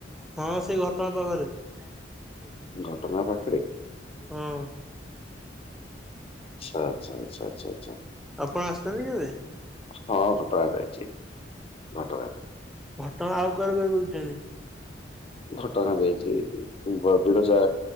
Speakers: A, in the centre; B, on the left.
A: ହଁ ସେଇ ଘଟଣା ପାଖରେ। <inaudible>
B: ଘଟଣା ପାଖରେ
A: ହଁ।
B: ଆଛା ଆଚ୍ଛା ଆଛା ଆଛା ଆଛା।
A: ଆପଣ ଆସିଛନ୍ତି କେବେ?
B: ହଁ ଘଟଗାଁ ଯାଇଛି ଘଟଗାଁ
A: ଘଟଗାଁ ଆଉ କୁଆଡେ କୁଆଡେ ବୁଲିଛନ୍ତି?
B: ଘଟଗାଁ ଯାଇଛି ବ ବିରଜା